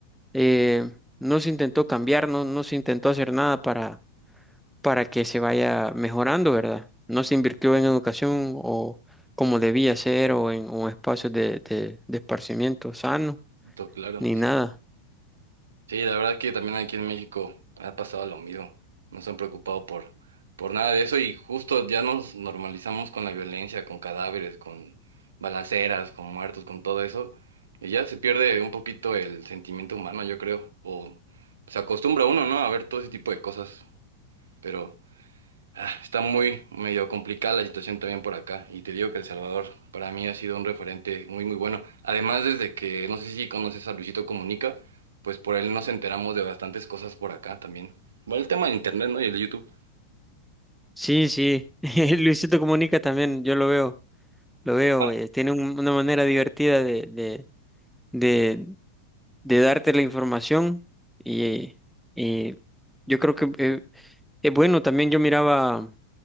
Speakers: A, in the centre; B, on the right.
A: eh, no se intentó cambiar, no, no se intentó hacer nada para para que se vaya mejorando, ¿verdad? No se invirtió en educación o como debía ser o en un espacio de, de- de esparcimiento sano,
B: Tú, claro.
A: ni nada.
B: Sí, la verdad que también aquí en México ha pasado lo mismo. No se han preocupado por, por nada de eso y justo ya nos normalizamos con la violencia, con cadáveres, con balaceras, con muertos, con todo eso. Y ya se pierde un poquito el sentimiento humano, yo creo. O se acostumbra uno, ¿no? A ver todo ese tipo de cosas. Pero Ah, Está muy medio complicada la situación también por acá y te digo que El Salvador para mí ha sido un referente muy muy bueno. Además desde que no sé si conoces a Luisito Comunica, pues por él nos enteramos de bastantes cosas por acá también. Bueno, el tema del internet, ¿no? Y el de YouTube.
A: Sí, sí, <laughs> Luisito Comunica también, yo lo veo, lo veo,
B: Ah,
A: eh, tiene un- una manera divertida de, de, de, de darte la información y, y yo creo que eh, es bueno, también yo miraba